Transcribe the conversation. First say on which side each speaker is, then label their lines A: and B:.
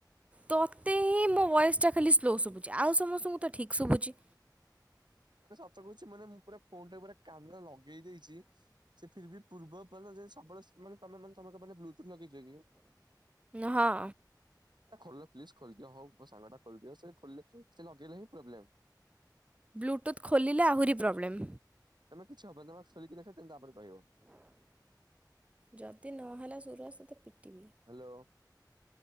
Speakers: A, on the right; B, on the right.
A: ତୋତେ ହିଁ ମୋ ଭଏସ ତା ଖାଲି ସ୍ଲୋ ଶୁଭୁଛି ଆଉ ସମସ୍ତଙ୍କୁ ତ ଠିକ୍ ଶୁଭୁଛି।
B: ମାନେ ସତ କହୁଛି ମାନେ, ମୁଁ ପୁରା ଫୋନ ଟା ପୁରା କାନରେ ଲଗେଇ ଦେଇଛି ସେଥିରେ ବି ପୂର୍ବ ପର ଯେ ସବୁବେଳେ ମାନେ ତମ ମେ ମାନେ ତମେ କଣ ବ୍ଲୁଟୁଥ ଲଗେଇଛ କି?
A: ହଁ।
B: ଏ ଖୋଲ ପ୍ଲିଜ ଖୋଲିଦିଅ ହଉ ମୋ ସାଙ୍ଗ ଟା ଖୋଲିଦିଅ। ସେ ଖୋଲିଲେ ସେ ଲଗେଇଲେ ହିଁ ପ୍ରୋବ୍ଲେମ୍।
A: ବ୍ଲୁଟ୍ରୁଥ ଖୋଲିଲେ ଆହୁରି ପ୍ରୋବ୍ଲେମ୍।
B: ତମେ କିଛି ହବନି ତମେ ଖୋଲିକି ଦେଖ ତାପରେ କହିବ।
A: ଯଦି ନହେଲା ସୁରସ ତତେ ପିଟିବି।
B: ହ୍ୟାଲୋ।